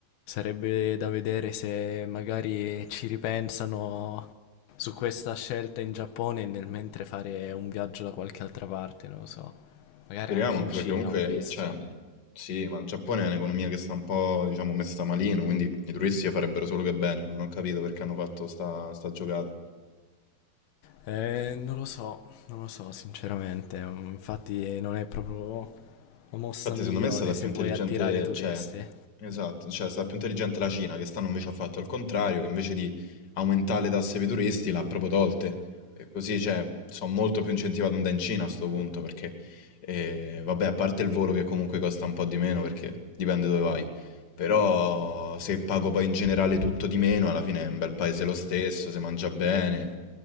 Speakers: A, on the left; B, on the left.
A: sarebbe da vedere se magari ci ripensano su questa scelta in Giappone e nel mentre fare un viaggio da qualche altra parte, non lo so. Magari
B: Speriamo,
A: anche
B: anche
A: in Cina
B: perché comunque,
A: ho visto.
B: cioè, sì, ma il Giappone è un'economia che sta un po', diciamo, messa malino, quindi i turisti farebbero solo che bene. Non ho capito perché hanno fatto sta, sta giocata.
A: Eh, non lo so, non lo so sinceramente, mm, infatti non è proprio la mossa
B: Infatti
A: migliore
B: secondo me è stata
A: se
B: più intelligente,
A: vuoi attirare turisti.
B: cioè, esatto, cioè è stata più intelligente la Cina, che stanno invece ha fatto il contrario, che invece di aumentare le tasse per i turisti l'ha proprio tolte. E così, cioè, sono molto più incentivato ad andare in Cina a sto punto, perché, eh, vabbè, a parte il volo che comunque costa un po' di meno, perché dipende dove vai, però se pago poi in generale tutto di meno, alla fine è un bel paese lo stesso, si mangia bene,